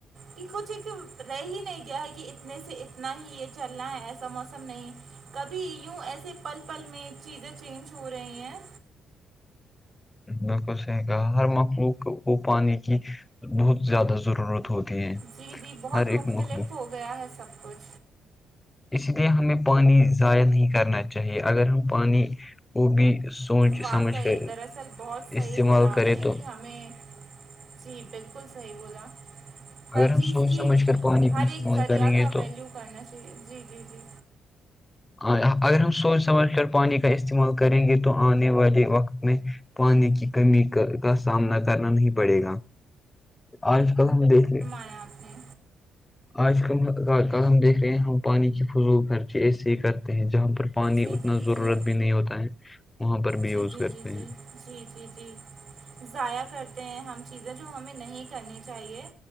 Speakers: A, on the right; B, on the left.
A: کہ کچھ ایک رہ ہی نہیں گیا ہے کہ اتنے سے اتنا ہی یہ چلنا ہے ایسا موسم نہیں کبھی یوں ایسے پل پل میں چیزیں چینج ہو رہی ہیں
B: بالکل صحیح کہا ہر مخلوق کو پانی کی بہت زیادہ ضرورت ہوتی ہے
A: جی جی بہت
B: ہر ایک
A: مختلف
B: مخلوق
A: ہو گیا ہے سب کچھ
B: اس لیے ہمیں پانی ضائع نہیں کرنا چاہیے اگر ہم پانی وہ بھی سوچ
A: واقعی
B: سمجھ کر
A: دراصل بہت صحیح
B: استعمال
A: بولا
B: کریں
A: آپ نے
B: تو
A: کہ ہمیں جی بالکل صحیح بولا ہر
B: اگر ہم
A: چیز
B: سوچ
A: کی
B: سمجھ کر پانی
A: ہر
B: کو استعمال
A: ایک ذریعہ
B: کریں گے
A: کا
B: تو
A: ویلیو کرنا چاہیے جی جی جی
B: ایا اگر ہم سوچ سمجھ کر پانی کا استعمال کریں گے تو آنے والے وقت میں پانی کی کمی کا کا سامنا کرنا نہیں پڑے گا آج کل ہم دیکھ لیے
A: ہے آپ نے
B: آج کم کل ہم دیکھ رہے ہیں ہم پانی کی فضول خرچے ایسے ہی کرتے ہیں جہاں پر پانی
A: جی
B: اتنا
A: جی
B: ضرورت
A: جی
B: بھی نہیں ہوتا ہے وہاں پر بھی
A: جی
B: یوز
A: جی
B: کرتے
A: جی
B: ہیں
A: جی جی جی جی ضائع کرتے ہیں ہم چیزیں جو ہمیں نہیں کرنی چاہیے